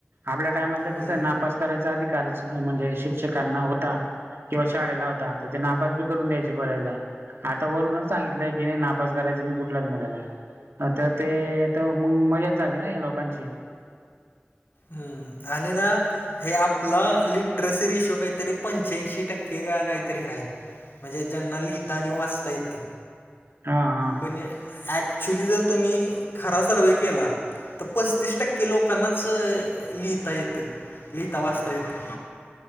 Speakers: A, on the right; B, on the left.
A: आपल्या टायमाला तर
B: हम्म.
A: कसं ना पास करायचा अधिकारच म्हणजे शिक्षकांना होता किंवा शाळेला होता तर ते नाबाज ब करून द्यायचे बऱयचदा आता वरूनच सांगितलंय की नाही नापास करायचं नाही कुठलाच मुलाला आता ते तर मग मजाच झाली ना लोकांची
B: हम्म आणि ना. हे आपला लिटरसी रेशो काहीतरी पंच्याऐंशी टक्के का काहीतरी आहे. म्हणजे जेना लिहिितता वाचता यथ
A: हा हा.
B: पण ॲक्च्युली जर तुम्ही खरा सर्वे्हे केला तर पस्तीस टक्के लोकांनाच स लिता येत लिता वाचता येत.